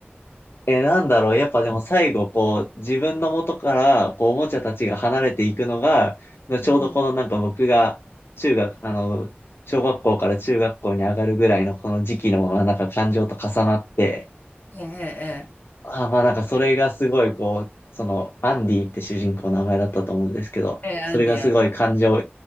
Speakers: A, on the left (about 65°); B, on the left (about 40°).
A: え、なんだろう。やっぱでも最後、こう、自分の元から、こう、おもちゃたちが離れていくのが、ちょうどこのなんか僕が、
B: うん
A: 中学、あの、小学校から中学校に上がるぐらいのこの時期の、まあなんか感情と重なって、
B: ええ、
A: ああまあなんかそれがすごい、こう、その、アンディって主人公の名前だったと思うんですけど、
B: ええ、ええ、ええアンディ、
A: それがすごい感情、
B: アンディ。